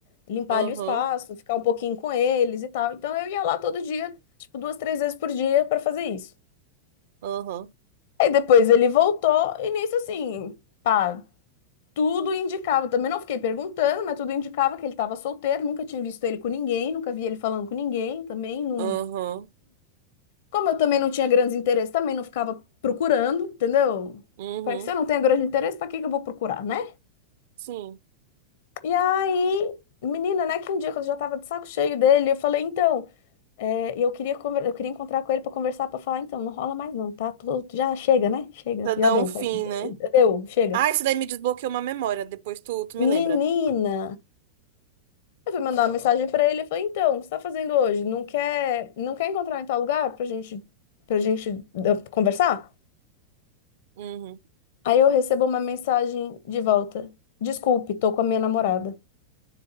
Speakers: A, on the left (about 55°); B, on the right (about 55°).
A: limpar
B: Uhum,
A: ali o espaço, ficar um pouquinho com eles e tal. Então eu ia lá todo dia, tipo, duas, três vezes por dia para fazer isso.
B: uhum,
A: Aí depois ele voltou e nisso assim, pá, tudo indicava. Também não fiquei perguntando, mas tudo indicava que ele estava solteiro, nunca tinha visto ele com ninguém, nunca vi ele falando com ninguém, também não.
B: uhum,
A: Como eu também não tinha grandes interesses, também não ficava procurando, entendeu?
B: uhum,
A: Para que se eu não tenho grande interesse, para que que eu vou procurar, né?
B: sim.
A: E aí, menina, né, que um dia quando eu já tava de saco cheio dele, eu falei, então, É, e eu queria, conver- eu queria encontrar com ele para conversar, para falar, então, não rola mais não, tá? Tô- já chega, né? Chega,
B: Pra dar
A: já deu.
B: um fim,
A: pai.
B: né?
A: Deu, chega.
B: Ah, isso daí me desbloqueou uma memória. Depois tu, tu me lembra.
A: Menina, eu fui mandar uma mensagem para ele, eu falei, então, o que você tá fazendo hoje? Não quer, não quer encontrar em tal lugar pra gente, pra gente eh, conversar?
B: Uhum.
A: Aí eu recebo uma mensagem de volta. Desculpe, tô com a minha namorada.